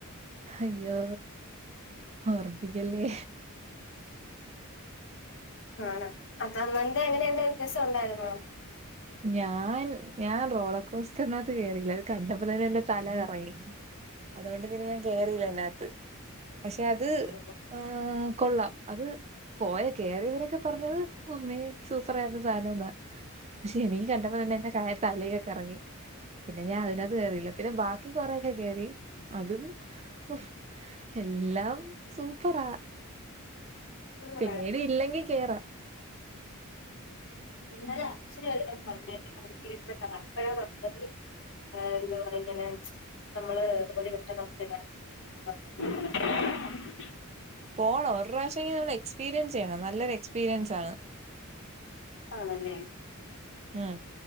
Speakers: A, on the right; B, on the left.
A: അയ്യോ ഓർപ്പിക്കല്ലേ
B: ആണ് അതല്ലാണ്ട് അങ്ങനെ എന്ത വ്യത്യാസം ഉണ്ടായിരുന്നോ
A: ഞാൻ ഞാൻ റോളക്കോസ്റ്റ് എന്നകത്ത് കേയറിയില്ല അത് കണ്ടപ്പോ തന്നെ എന്റെ തല കറങ്ങി
B: <unintelligible>
A: അതോണ്ട് പിന്നെ ഞാൻ കേറിയില്ല അന്നകത്ത് പക്ഷെ അത്
B: ആഹ്
A: ഏ കൊള്ളാം അത് പോയ കേയറിയവരൊക്കെ പറഞ്ഞത് ഉമ്മേ സൂപ്പറ ആയിരുന്നു സധനംഎന്നാ എനിക്ക് കണ്ടപ്പോ തന്നെ എന്റെ തലക്കൊക്കെ കറങ്ങി പിന്നെ ഞാൻ അതിനകത്ത് കയറിയില്ല പിന്നെ ബാക്കി കി കൊറൊക്കെ കേറി അതും <unintelligible> എല്ലാം സൂപ്പറാ
B: സൂപ്പറായിരുന്നു
A: പേടി ഇല്ലെങ്കിൽ കേറാം
B: ഇന്നലെ അചാൻ വരെ പറഞ്ഞൊക്ക <unintelligible> എ പറ ഇങ്ങനെ നമ്മള് ഒരു കട്ട നമുക്കല്ല <unintelligible>
A: പോണം ഒരു പ്രാവശ്യങ്കിലും എക്സ്പീരിയൻസ് ചെയ്യണം നല്ലൊരു എക്സ്പീരിയൻസ് ആണ്
B: ആണല്ലേ
A: ഉം